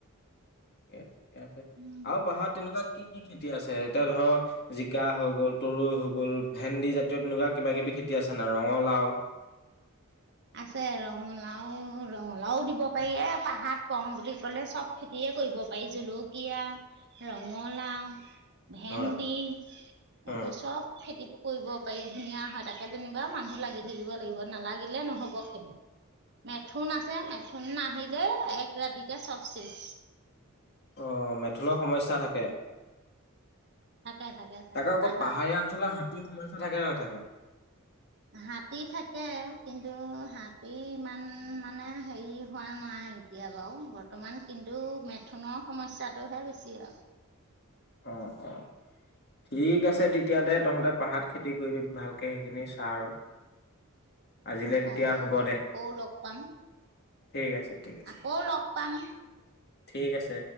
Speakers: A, on the left; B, on the right.
A: ঠিকে, ঠিকে আছে
B: উম,
A: আৰু পাহাৰত তেনেকুৱা কি, কি খেতি আছে এতিয়া ধৰক জিকা হৈ গ'ল, তৰু হৈ গল, ভেন্দি জাতীয় তেনেকুৱা কিবা কিবি খেতি আছে নাই ৰঙালাও
B: আছে ৰঙালাও, ৰঙালাও দিব পাৰি এ পাহাৰত কৰো বুলি কলে চব খেতিয়ে কৰিব পাৰি জলকীয়া, ৰঙালাও ভেন্দি
A: হয় উম।
B: এইবোৰ চব খেতি কৰিব পাৰি। ধুনীয়া হয় তাকে যেনিবা মানুহ লাগি থাকিব লাগিব নালাগিল নালাগিলে, নহব খেতি মেথুন আছে মেথুন আহিলে এক ৰাতিতে চবছেজ।
A: অ মেথুনৰ সমস্যাই থাকে।
B: থাকে থাকে থাকে
A: তাকে আকৌ
B: বা হাত
A: পাহাৰীয়া অঞ্চলৰ হাতীৰ সমস্যা থাকে নাথাকে
B: হাতী থাকে, কিন্তু হাতী ইমান মানে হেৰি হোৱা নাই এতিয়া, বাৰু বৰ্তমান কিন্তু মেথুনৰ সমস্যাটোহে বেছি আৰু
A: অ, অ ঠিক আছে তেতিয়া দে তহঁতে পাহাৰত খেতি কৰিবি ভালকে সেইখিনি চা আৰু আজিলে
B: হ'ব
A: তেতিয়া হ'ব দে
B: আকৌ লগ পাম।
A: ঠিক আছে ঠিক আছে
B: আকৌ লগ পাম
A: ঠিক আছে।